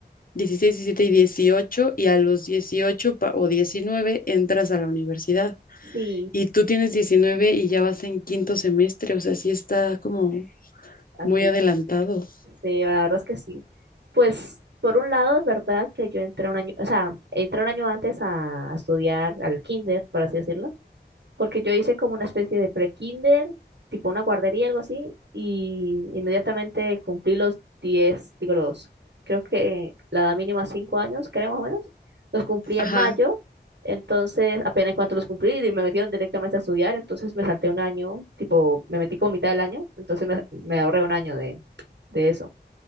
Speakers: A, on the left; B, on the right.
A: dieciséis 17 y dieciocho y a los 18 pa- o 19 entras a la universidad.
B: Sí,
A: Y tú tienes 19 y ya vas en quinto semestre, o sea, sí está como
B: ok.
A: muy adelantado.
B: Sí, la verdad es que sí. Pues por un lado es verdad que yo entré un año, o sea, entré un año antes a, a estudiar al kinder, por así decirlo, porque yo hice como una especie de pre-kinder, tipo una guardería, algo así, y inmediatamente cumplí los 10 digo los, creo que la edad mínima 5 años, creo más o menos, los cumplí
A: Ajá.
B: en mayo, entonces apenas en cuanto los cumplí me metieron directamente a estudiar, entonces me salté un año, tipo, me metí como mitad del año, entonces me, me ahorré un año de, de eso.